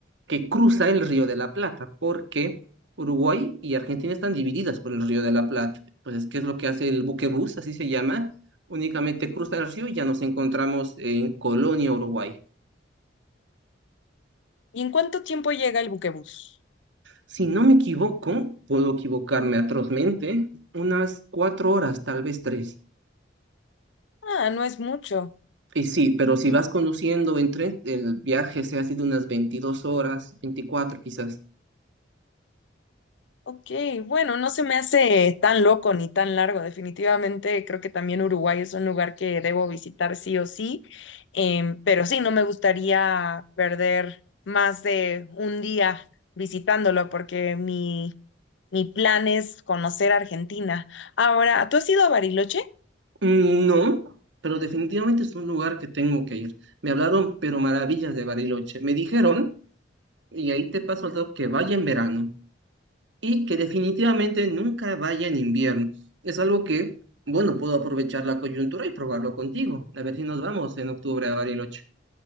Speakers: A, on the right; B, on the left.
A: que cruza el Río de la Plata, porque Uruguay y Argentina están divididas por el Río de la Plata. Entonces, ¿qué es lo que hace el buque bus? Así se llama. Únicamente cruza el río y ya nos encontramos en Colonia, Uruguay.
B: ¿Y en cuánto tiempo llega el buquebús?
A: Si no me equivoco, puedo equivocarme atrozmente, unas cuatro horas, tal vez tres.
B: Ah, no es mucho.
A: Y sí, pero si vas conduciendo en tren, el viaje se ha sido unas 22 horas, 24 quizás.
B: Ok, bueno, no se me hace tan loco ni tan largo. Definitivamente creo que también Uruguay es un lugar que debo visitar sí o sí, Em, pero sí, no me gustaría perder más de un día visitándolo porque mi, mi plan es conocer Argentina. Ahora, ¿tú has ido a Bariloche?
A: Mm, No, pero definitivamente es un lugar que tengo que ir. Me hablaron, pero maravillas de Bariloche. Me dijeron, y ahí te paso el dato, que vaya en verano y que definitivamente nunca vaya en invierno. Es algo que, bueno, puedo aprovechar la coyuntura y probarlo contigo. A ver si nos vamos en octubre a Bariloche.